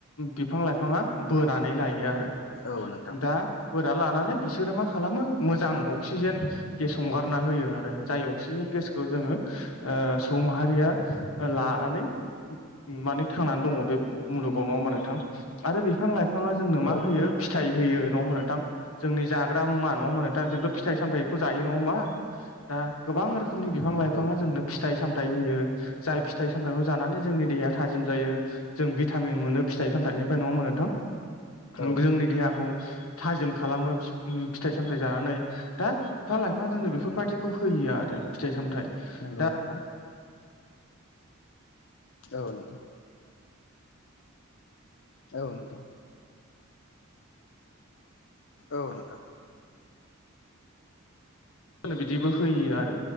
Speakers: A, on the left; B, on the left.
A: बिफां लाइफाङा बोनानै लायो आरो
B: औ नोंथां औ
A: दा बोना लानानै बिसोरो मा खालामो मोजां अ अक्सिजेन गेस हंगारना होयो आरो जाय अक्सिजेन गेसखौ जोङो ओ सुबुं माहारिया लानानै माने थांनानै दङ बे मुलुगाव नङा होमबा नोंथां आरो बिफां लाइ फाङा जोंनो मा होयो
B: नोंथां
A: फिथाइ होयो नङा होनबा नोंथां जोंनि जाग्रा मुवा नङा होमबा नोंथां जोंथ' फिथाइ सामथाइखौ जायो नङा होमबा दा गोबां रो खोमनि बिफां लाइफाङा
B: औ
A: जोंनो
B: नोंथां
A: फिथाइ सामथाइ होयो जाय फिथाइ सामथाइखौ जानानै जोंनि देहाया थाजिम जायो जों भिटामिन मोनो फिथाइ सामथाइनिफ्राय नङा होमबा नोंथां? थां
B: औ
A: जोंनि
B: नोंथां
A: देहाखौ थाजिम खालामो फिथाइ सामथाइ जानानै दा बिफां लाइफां जोंनो बेफोरबायाददिखौ होयो आरो फिथाइ सामथायाइ
B: नंगौ
A: दा
B: नोंथां। औ नोंथां। औ नोंथां। औ नोंथां।
A: जोंनो बिदिबो होयो आरो